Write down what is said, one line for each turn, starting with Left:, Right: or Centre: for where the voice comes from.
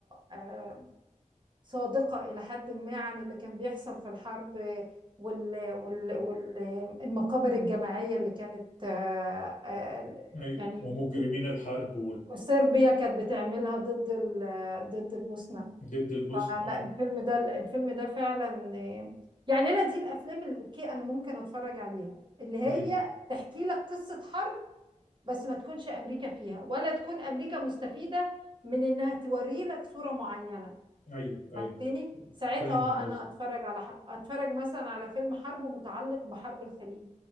Right: آه، صادقة إلى حد ما عن اللي كان بيحصل في الحرب وال وال والمقابر الجماعية اللي كانت آه، آه،
Left: ايوه
Right: يعني
Left: ومجرمين الحرب
Right: صربيا كانت بتعملها ضد ال- ضد البوسنة
Left: ضد البوسنة
Right: فلا
Left: ايوه
Right: الفيلم ده الفيلم ده فعلا آه، يعني أنا دي الأفلام اللي أوكي أنا ممكن أتفرج عليها اللي هي
Left: ايوه
Right: تحكي لك قصة حرب بس ما تكونش أمريكا فيها ولا تكون أمريكا مستفيدة من إنها توري لك صورة معينة
Left: ايوه ايوه
Right: فهمتني ساعتها
Left: فاهم
Right: اه انا
Left: قصدي
Right: اتفرج على ح... اتفرج مثلا على فيلم حرب متعلق بحرب الخليج